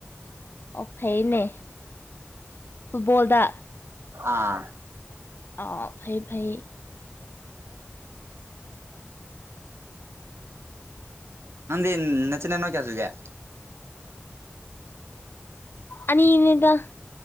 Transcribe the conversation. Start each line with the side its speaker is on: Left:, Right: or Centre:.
Left: ꯑꯣ ꯐꯩꯅꯦ ꯐꯨꯠꯕꯣꯜꯗ
Right: ꯑꯥ
Left: ꯑꯣ ꯐꯩ ꯐꯩ
Right: ꯅꯗꯤ ꯅꯆꯤꯅ ꯅꯣ ꯀꯌꯥꯁꯨꯒꯦ
Left: ꯑꯅꯤ ꯅꯤꯗ